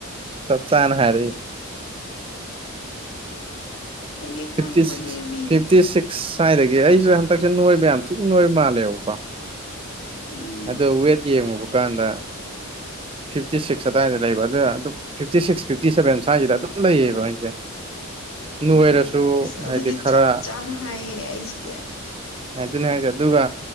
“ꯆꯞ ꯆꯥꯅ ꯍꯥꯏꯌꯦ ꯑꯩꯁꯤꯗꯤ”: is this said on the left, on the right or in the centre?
Left